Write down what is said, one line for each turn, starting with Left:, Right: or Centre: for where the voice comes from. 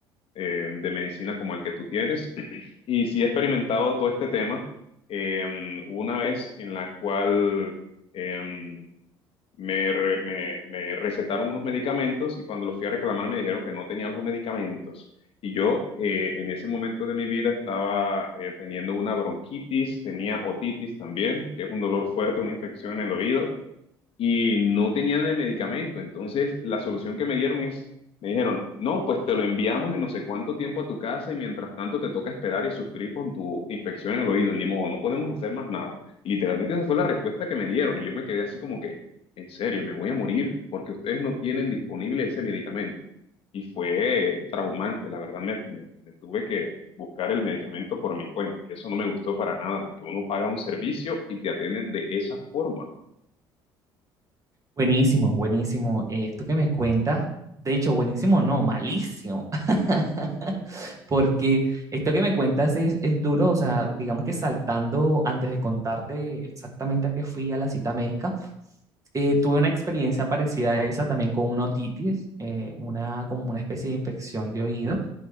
Left: eh, de medicina como el que tú tienes. <clears throat> Y sí he experimentado todo este tema. eh, una vez en la cual eh, me, re- me- me recetaron unos medicamentos y cuando los fui a reclamar me dijeron que no tenía los medicamentos. Y yo eh, en ese momento de mi vida estaba eh, teniendo una bronquitis, tenía otitis también, que es un dolor fuerte, una infección en el oído y no tenían el medicamento. Entonces, la solución que me dieron es, me dijeron, no, pues te lo enviamos en no sé cuánto tiempo a tu casa y mientras tanto te toca esperar y sufrir con tu infección en el oído. Ni modo, no podemos hacer más nada. Literalmente esa fue la respuesta que me dieron y yo me quedé así como que, en serio, me voy a morir porque ustedes no tienen disponible ese medicamento. Y fue traumante, la verdad, me, me- me tuve que buscar el medicamento por mi cuenta. Y eso no me gustó para nada, porque uno paga un servicio y te atienden de esa forma.
Right: Buenísimo, buenísimo. eh, esto que me cuentas, de hecho, buenísimo, no, malísimo, <laughs> porque esto que me cuentas es, es duro, o sea, digamos que saltando antes de contarte exactamente a qué fui a la cita médica, eh, tuve una experiencia parecida a esa también con una otitis, eh, una, como una especie de infección de oído,